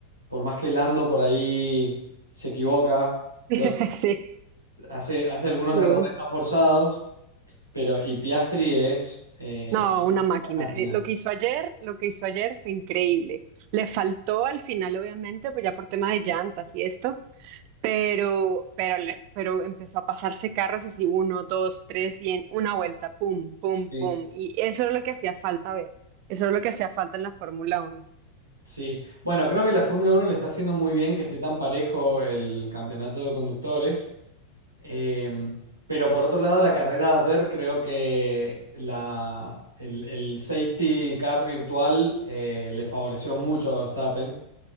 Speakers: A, on the right (about 85°); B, on the right (about 45°).
A: Por más que Lando por ahí se equivoca, creo
B: <laughs>
A: que
B: Sí.
A: hace, hace algunos
B: Sí.
A: errores no forzados. Pero, y Piastri es eh,
B: No, una
A: una
B: máquina.
A: Máquina.
B: Eh, Lo que hizo ayer, lo que hizo ayer fue increíble. Le faltó al final, obviamente, pues ya por tema de llantas y esto, pero, pero, le- pero empezó a pasarse carros así uno, dos, tres y en una vuelta, pum, pum,
A: Sí.
B: pum. Y eso es lo que hacía falta ver. Eso es lo que hacía falta en la Fórmula Uno.
A: Sí, bueno, creo que la Fórmula Uno le está haciendo muy bien que esté tan parejo el campeonato de conductores. Em, pero por otro lado, la carrera de ayer creo que la, el, el safety car virtual eh, le favoreció mucho a Verstappen.